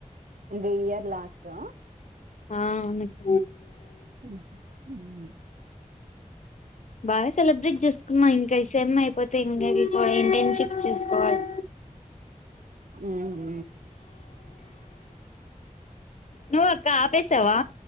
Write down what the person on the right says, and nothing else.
ఇద్ ఇయర్ లాస్ట్ త
ఉ ఉ
ఉ హు